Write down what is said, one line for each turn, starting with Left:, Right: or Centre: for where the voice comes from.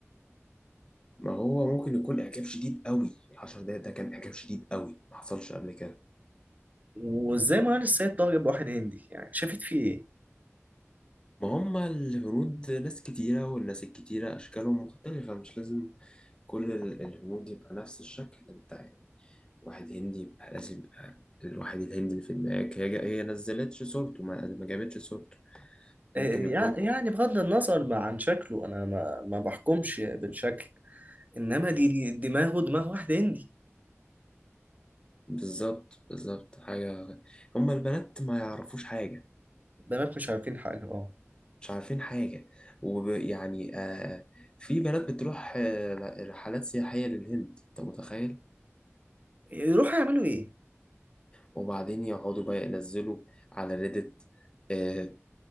Left: ما هو ممكن يكون إعجاب شديد قوي العشر دقايق ده كان إعجاب شديد قوي ما حصلش قبل كده
Right: وازاي مهان السيد تعجب بواحد هندي يعني شافت فيه ايه
Left: ما هما الهنود ناس كتيرة والناس الكتيرة أشكالهم مختلفة مش لازم كل ال- الهنود يبقى نفس الشكل أنت يعني واحد هندي يبقى لازم يبقى الواحد الهندي اللي في دماغك هي هي نزلتش صورته ما ما جابتش صورته
Right: إيه
Left: ممكن يكون
Right: يع- يعني بغض النظر ما عن شكله انا ما, ما بحكمش بالشكل انما دي دي دماغه دماغ واحد هندي
Left: بالظبط بالظبط حاجة هما البنات ما يعرفوش حاجة
Right: بنات مش عارفين حاجه اه
Left: مش عارفين حاجة ويعني آه في بنات بتروح آه رحلات سياحية للهند أنت متخيل؟
Right: يروحوا يعملوا ايه
Left: وبعدين يقعدوا بقى ينزلوا على ريدت آه